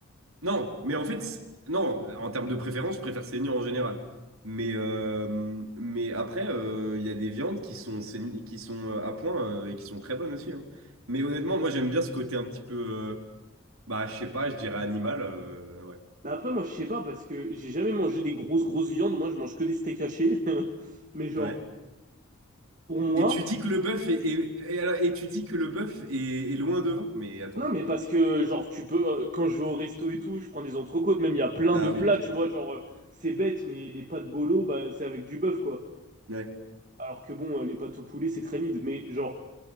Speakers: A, on the right (about 80°); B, on the right (about 35°).
A: non, mais en fait, c'est- non, en termes de préférence, je préfère saignant en général. Mais, euh, mais après, euh, il y a des viandes qui sont, saign- qui sont euh, à point euh, et qui sont très bonnes aussi. hein. Mais honnêtement, moi, j'aime bien ce côté un petit peu, euh, bah, je sais pas, je dirais animal. euh, ouais.
B: Mais après, moi, je sais pas parce que j'ai jamais mangé des grosses, grosses viandes. Moi, je mange que des steaks hachés. <laughs> Mais genre,
A: Ouais.
B: pour moi,
A: Et tu dis que le bœuf est, est- et, alors- et tu dis que le bœuf est, est loin devant? Mais attends.
B: non, mais parce que, genre, tu peux, euh, quand je vais au resto et tout, je prends des entrecôtes. Même, il y a plein
A: Ah
B: de plats,
A: oui, ok.
B: tu vois. Genre, euh, c'est bête, mais les pâtes bolo, bah, c'est avec du bœuf, quoi.
A: Ouais,
B: Alors que bon, euh, les pâtes au poulet, c'est très mid. Mais genre,